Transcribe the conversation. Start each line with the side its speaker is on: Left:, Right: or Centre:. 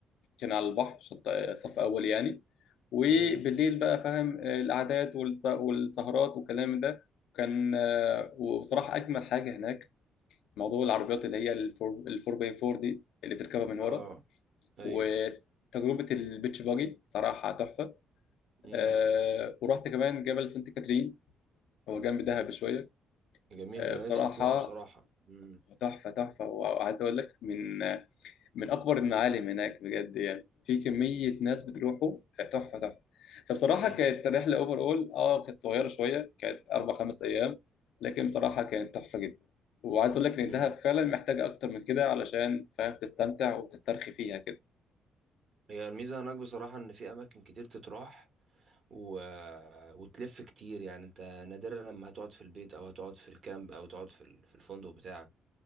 Left: كان على البحر شط آه، صف اول يعني وبالليل
Right: امم
Left: بقى فاهم آه، القعدات والس- والسهرات والكلام ده كان آه، وبصراحه اجمل حاجه هناك موضوع العربيات اللي هي الفور الفور باي فور دي اللي بتركبها من ورا
Right: اه ايوه
Left: وتجربه البيتش باجي صراحه تحفه
Right: امم
Left: آه، ورحت كمان جبل سانت كاترين هو جنب دهب شويه
Right: جميل
Left: آه،
Right: انا
Left: بصراحه
Right: نفسي اطلعه بصراحة امم
Left: تحفة تحفة وعايز أقول لك من من أكبر المعالم هناك بجد يعني في كمية ناس بتروحوا تحفة تحفة فبصراحة
Right: امم
Left: كانت رحلة أوفر أول أه كانت صغيرة شوية كانت أربع خمس أيام لكن بصراحة كانت تحفة جدا وعايز أقول لك إن
Right: امم
Left: دهب فعلا محتاجة أكتر من كده علشان فاهم تستمتع وتسترخي فيها كده
Right: هي الميزة هناك بصراحة ان في اماكن كتير تتراح و... آه، وتلف كتير يعني انت نادرا لما هتقعد في البيت او هتقعد في الكامب او تقعد في ال- في الفندق بتاعك